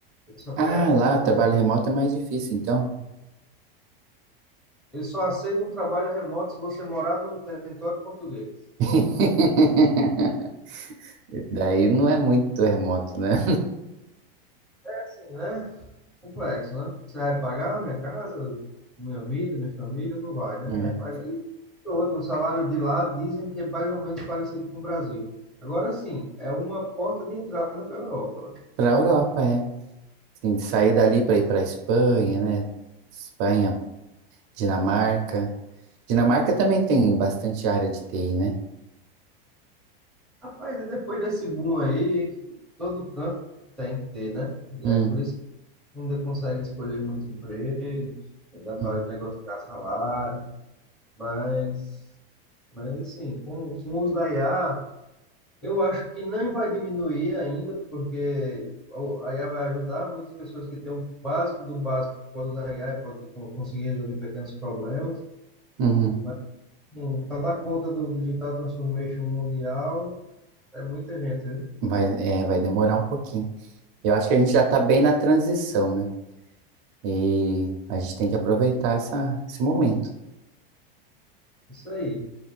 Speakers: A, in the centre; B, on the right.
A: Eles só,
B: Ah,
A: quer,
B: lá, o trabalho remoto é mais difícil, então.
A: eles só aceitam um trabalho remoto se você morar no território português.
B: <laughs> Daí não é muito remoto, né?
A: É assim, né? Complexo, né? Você vai pagar minha casa, minha vida, minha família, não vai, né?
B: É.
A: Vai pagar. E outro, o salário de lá dizem que é mais ou menos parecido com o Brasil. Agora sim, é uma porta de entrada para a Europa. né?
B: Para a Europa, é. Você Tem que sair dali para ir para Espanha, né? Espanha, Dinamarca. Dinamarca também tem bastante área de TI, né?
A: Rapaz, e depois desse boom aí, todo canto tem que ter, né? E
B: Hum,
A: aí por isso ainda consegue escolher muito emprego, dá
B: hum,
A: para negociar salário, mas, mas assim, com, com o uso da IA, eu acho que não vai diminuir ainda, porque o- a IA vai ajudar muitas pessoas que têm o básico do básico, pode usar a IA e pode con- conseguir resolver pequenos problemas,
B: uhum.
A: mas para dar conta do Digital Transformation Mundial, é muita gente, né?
B: Vai, é, vai demorar um pouquinho. Eu acho que a gente já está bem na transição, né? E a gente tem que aproveitar essa, esse momento.
A: Isso aí.